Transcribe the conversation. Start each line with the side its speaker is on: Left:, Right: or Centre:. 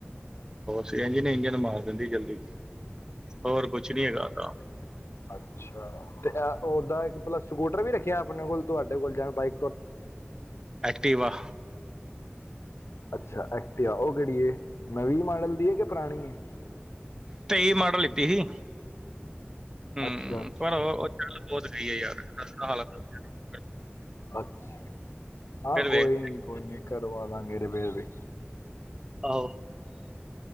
Right: ਸੀ ਐਨ ਜੀ ਨੇ ਇੰਜਨ ਮਾਰ ਦਿੰਦੀ ਜਲਦੀ ਹੋਰ ਕੁੱਛ ਨੀ ਹੈਗਾ ਓਦਾ।
Left: ਅੱਛਾ ਤੇ ਅ ਓਦਾਂ ਇੱਕ ਪਲ ਸਕੂਟਰ ਵੀ ਰੱਖਿਆ ਆਪਣੇ ਕੋਲ ਤੁਹਾਡੇ ਕੋਲ ਜਾਂ ਬਾਈ
Right: ਐਕਟੀਵਾ।
Left: ਅੱਛਾ ਐਕਟੀਵਾ ਓ ਕੇਡੀ ਏ ਨਵੀਂ ਮਾਡਲ ਦੀ ਏ ਕੇ ਪੁਰਾਣੀ ਏ।
Right: ਤੇਈ ਮਾਡਲ ਲਿੱਤੀ ਸੀ ਹੂੰ
Left: ਅੱਛਾ ਅੱਛਾ
Right: ਪਰ ਬੋਤ ਗਈ ਐ ਯਾਰ ਰਸਤਾ ਹਾਲ <inaudible>
Left: ਅੱਛ ਹਾਂ
Right: ਫਿਰ ਵੇਖ
Left: ਕੋਈ ਨੀ ਕੋਈ ਨੀ ਕਰਵਾ ਲਾਗੇ ਰਿਪੇਅਰ।
Right: ਆਹੋ